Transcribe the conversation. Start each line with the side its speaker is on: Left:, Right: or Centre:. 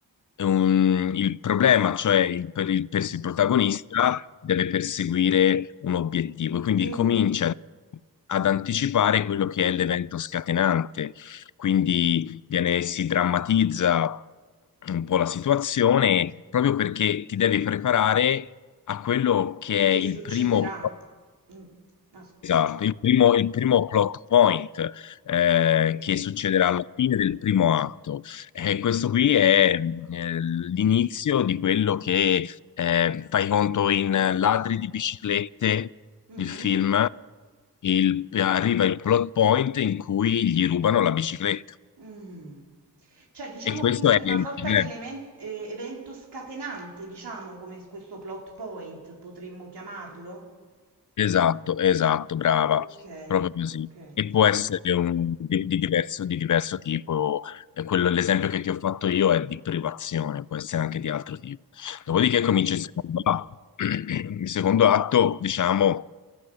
Left: un- il problema, cioè il, per il, per
Right: Mm.
Left: il protagonista deve perseguire un obiettivo, quindi
Right: Mm.
Left: comincia ad anticipare quello che è l'evento scatenante, quindi viene- si drammatizza un po' la situazione proprio perché ti devi preparare a quello che è
Right: Che
Left: il
Right: succederà?
Left: primo
Right: Mm. Ah, scusa.
Left: Esatto, il primo, il primo plot point eh,
Right: Plot
Left: che succederà
Right: point.
Left: alla fine del primo atto. E questo qui è mh, eh, l'inizio di quello che eh, fai conto in Ladri di biciclette,
Right: Mm.
Left: il film, il- arriva il plot point in cui gli rubano la bicicletta.
Right: Mm. Cioè, diciamo
Left: E questo
Right: quindi
Left: è
Right: una
Left: il
Right: sorta
Left: problema.
Right: di elemen- eh, evento scatenante, diciamo, come s- questo plot point potremmo chiamarlo?
Left: Esatto, esatto, brava,
Right: Ok,
Left: proprio così.
Right: ok,
Left: E può
Right: plot
Left: essere un- di, di diverso, di diverso tipo, Eh, quello- l'esempio che ti ho fatto io è di privazione, può essere anche di altro tipo.
Right: di
Left: Dopodiché
Right: privazione.
Left: comincia il secondo atto. <clears throat> Il secondo atto, diciamo,